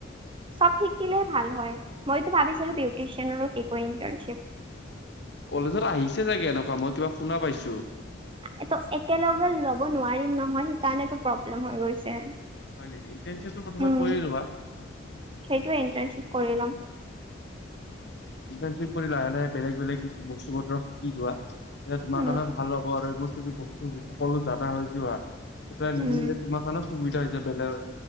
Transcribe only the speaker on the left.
কলেজত আহিছে চাগে এনেকুৱা মই কিবা শুনা পাইছোঁ।
হয় নেকি ইণ্টাৰ্ণশ্বিপটো প্ৰথমে কৰি লোৱা
ইণ্টাৰ্ণশ্বিপ কৰি লাহে লাহে বেলেগ বেলেগ বস্তু বোৰ শিকি লোৱা। এতিয়া তোমাৰ
কাৰণেও ভাল হ'ব আৰু এইবোৰ যদি বস্তু সকলো জানা হৈ যোৱা নিজে
নিজে তোমাৰ কাৰণও সুবিধা হৈ যায় বেলেগ